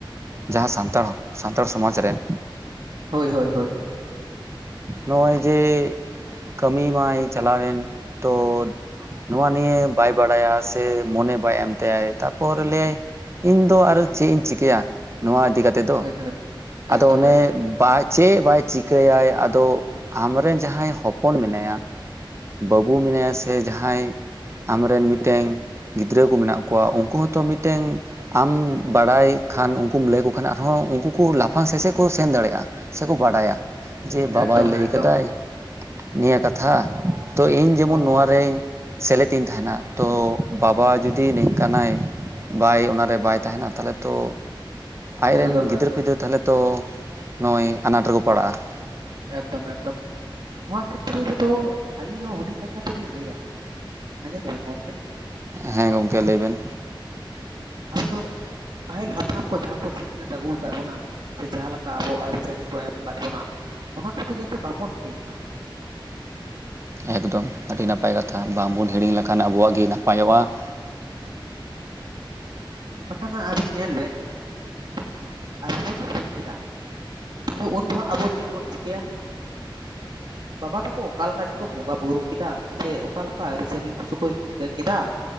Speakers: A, on the right; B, on the right.
A: ᱡᱟᱦᱟᱸ ᱥᱟᱱᱛᱟᱲ ᱥᱟᱱᱛᱟᱲ ᱥᱚᱢᱟᱡᱽ ᱨᱮᱱ
B: ᱦᱳᱭ ᱦᱳᱭ ᱦᱳᱭ᱾
A: ᱱᱚᱜ-ᱚᱭ ᱡᱮ ᱠᱟᱹᱢᱤ ᱢᱟᱭ ᱪᱟᱞᱟᱣᱮᱱ ᱛᱚ ᱱᱚᱣᱟ ᱱᱤᱭᱮ ᱵᱟᱭ ᱵᱟᱲᱟᱭᱟ ᱥᱮ ᱢᱚᱱᱮ ᱵᱟᱭ ᱮᱢ ᱛᱟᱭᱟᱭ ᱛᱟᱯᱚᱨ ᱞᱟᱹᱭᱟᱭ ᱤᱧ ᱫᱚ ᱟᱨᱚ ᱪᱮᱫ ᱤᱧ ᱪᱤᱠᱟᱹᱭᱟ ᱱᱚᱣᱟ ᱤᱫᱤ ᱠᱟᱛᱮ ᱠᱟᱛᱮ ᱫᱚ
B: ᱦᱳᱭ ᱦᱳᱭ ᱮᱠᱫᱚᱢ
A: ᱟᱫᱚ ᱚᱱᱮ
B: ᱮᱠᱫᱚᱢ
A: ᱪᱮᱫ ᱵᱟᱭ ᱪᱤᱠᱟᱹᱭᱟᱭ ᱛᱚ ᱟᱢᱨᱮᱱ ᱡᱟᱦᱟᱸᱭ ᱦᱚᱯᱚᱱ ᱢᱮᱱᱟᱭᱟ ᱵᱟᱹᱵᱩ ᱢᱮᱱᱟᱭᱟ ᱥᱮ ᱡᱟᱦᱟᱸᱭ ᱟᱢ ᱨᱮᱱ ᱢᱤᱫᱴᱮᱱ ᱜᱤᱫᱽᱨᱟᱹᱠᱩ ᱢᱮᱱᱟᱜ ᱠᱚᱣᱟ ᱩᱱᱠᱩ ᱦᱚᱸᱛᱚ ᱢᱤᱫᱴᱮᱱ ᱟᱢ ᱵᱟᱲᱟᱭ ᱠᱷᱟᱱ ᱩᱱᱠᱩᱢ ᱞᱟᱹᱭ ᱟᱠᱚ ᱠᱷᱟᱱ ᱟᱨᱦᱚᱸ ᱩᱱᱠᱩ ᱠᱚ ᱞᱟᱯᱷᱟᱝ ᱥᱮᱫ ᱠᱚ ᱥᱮᱱ ᱫᱟᱲᱮᱭᱟᱜ-ᱟ᱾ ᱥᱮᱠᱚ ᱵᱟᱰᱟᱭᱟ, ᱡᱮ
B: ᱮᱠᱫᱚᱢ
A: ᱵᱟᱵᱟᱭ ᱞᱟᱹᱭ
B: ᱮᱠᱫᱚᱢ
A: ᱟᱠᱟᱫᱟᱭ ᱱᱤᱭᱟᱹ ᱠᱟᱛᱷᱟ ᱛᱚ ᱤᱧ ᱡᱮᱢᱚᱱ
B: ᱦᱳᱭ
A: ᱱᱚᱣᱟ
B: ᱦᱳᱭ
A: ᱨᱮᱧ ᱥᱮᱞᱮᱫ ᱤᱧ ᱛᱟᱦᱮᱱᱟ ᱛᱚ ᱵᱟᱵᱟ ᱡᱩᱫᱤ ᱱᱤᱝᱠᱟᱱᱟᱭ ᱵᱟᱭ ᱚᱱᱟᱨᱮ ᱵᱟᱭ ᱛᱟᱦᱮᱱᱟ ᱛᱟᱦᱚᱞᱮ ᱛᱚ ᱟᱡᱨᱮᱱ
B: ᱮᱠᱫᱚᱢ
A: ᱜᱤᱫᱟᱹᱨ
B: ᱮᱠᱫᱚᱢ
A: ᱯᱤᱫᱟᱹᱨ ᱛᱟᱦᱚᱞᱮ ᱛᱚ ᱱᱚᱜ-ᱚᱭ ᱟᱱᱟᱴ ᱨᱮᱠᱚ ᱯᱟᱲᱟᱜ-ᱟ ᱾
B: ᱮᱠᱫᱚᱢ ᱮᱠᱫᱚᱢ ᱱᱚᱣᱟ ᱠᱷᱮᱛᱨᱚ ᱨᱮᱫᱚ ᱟᱹᱞᱤᱧ ᱦᱚᱸ ᱦᱩᱰᱤᱧ ᱢᱟᱪᱷᱟ ᱛᱮᱞᱤᱧ ᱞᱟᱹᱭᱟ ᱾ ᱟᱡᱚᱢ ᱫᱟᱵᱤᱱ ᱜᱚᱢᱠᱮ
A: ᱦᱮᱸ ᱜᱚᱢᱠᱮ ᱞᱟᱹᱭ ᱵᱮᱱ,
B: ᱟᱵᱚ ᱫᱚ ᱯᱟᱹᱦᱤᱞ ᱦᱟᱯᱲᱟᱢ ᱠᱚ ᱡᱟᱦᱟᱸ ᱠᱚ ᱥᱤᱠᱷᱱᱟᱹᱛ ᱟᱹᱜᱩ ᱟᱠᱟᱫ ᱵᱚᱱᱟ ᱥᱮ ᱡᱟᱦᱟᱸᱮ ᱞᱮᱠᱟ ᱟᱵᱚᱣᱟᱜ ᱟᱹᱨᱤᱪᱟᱹᱞᱤ, ᱠᱚ ᱮᱢ ᱟᱠᱟᱫ ᱵᱚᱱᱟ ᱚᱱᱟ ᱠᱚᱫᱚ ᱡᱟᱛᱮ ᱵᱟᱵᱚᱱ ᱦᱤᱲᱤᱧ ᱢᱟ ᱾
A: ᱮᱠᱫᱚᱢ ᱟᱹᱰᱤ ᱱᱟᱯᱟᱭ ᱠᱟᱛᱷᱟ ᱵᱟᱝᱵᱚᱱ ᱦᱤᱲᱤᱧ ᱞᱮᱠᱷᱟᱱ ᱟᱵᱚᱣᱟᱜ ᱜᱮ ᱱᱟᱯᱟᱭᱚᱜ-ᱟ ᱾
B: ᱵᱟᱠᱷᱟᱱ ᱟᱵᱮᱱ ᱧᱮᱞ ᱵᱮᱱ ᱡᱩᱫᱤ ᱟᱵᱚ ᱵᱚᱱ ᱦᱤᱲᱤᱧ ᱠᱮᱫᱟ ᱾ ᱛᱟᱦᱞᱮ ᱩᱱ ᱡᱚᱦᱚ ᱟᱵᱚ ᱪᱮᱫ ᱵᱚᱱ ᱪᱤᱠᱟᱹᱭᱟ? ᱵᱟᱵᱟ ᱛᱟᱠᱚ ᱚᱠᱟ ᱞᱮᱠᱟ ᱪᱚᱠᱚ ᱵᱚᱸᱜᱟ ᱵᱩᱨᱩ ᱠᱮᱫᱟ ᱥᱮ ᱚᱠᱟ ᱞᱮᱠᱟ ᱟᱹᱨᱤᱪᱟᱹᱞᱤ ᱠᱚᱪᱚ ᱠᱚ ᱪᱤᱠᱟᱹ ᱠᱮᱫᱟ ᱾